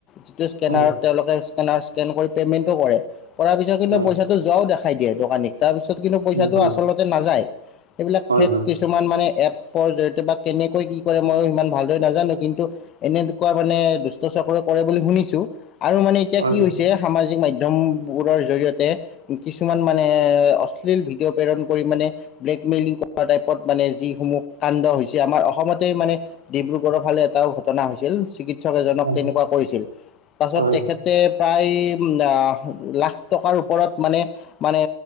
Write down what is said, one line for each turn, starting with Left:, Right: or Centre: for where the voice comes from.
Left: যিটো স্কেনাৰত
Right: হয়
Left: তেওঁলোকে স্কেনাৰত স্কেন কৰি পেমেন্টো কৰে, কৰাৰ পিছত কিন্তু
Right: হয়
Left: পইচাটো যোৱাওঁ দেখা <unintelligible> দিয়ে দোকানীক, তাৰপিছত কিন্তু পইচাটো
Right: হয়
Left: আচলতে নাযায়, সেইবিলাক
Right: হয়
Left: ফেক
Right: হয়
Left: কিছুমান মানে এপৰ জৰিয়তে বা কেনেকৈ কি কৰে ময়ো সিমান ভালদৰে নাজানো, কিন্তু এনেকুৱা মানে দুষ্ট <unintelligible> কৰে বুলি শুনিছো, আৰু মানে এতিয়া
Right: হয়
Left: কি হৈছে সামাজিক মাধ্যম <unintelligible> জৰিয়তে, কিছুমান মানে, অশ্লীল ভিডিঅ' প্ৰেৰণ কৰি মানে ব্লেকমেইলিং টাইপত মানে যিসমূহ কাণ্ড হৈছে আমাৰ অসমতে মানে, ডিব্ৰুগড়ৰ ফালে এটাও ঘটনা হৈছে। চিকিৎসক এজনক
Right: হয়
Left: তেনেকুৱা কৰিছিল, পাছত
Right: হয়
Left: তেখেতে প্ৰায় উম আহ লাখ টকাৰ ওপৰত মানে, মানে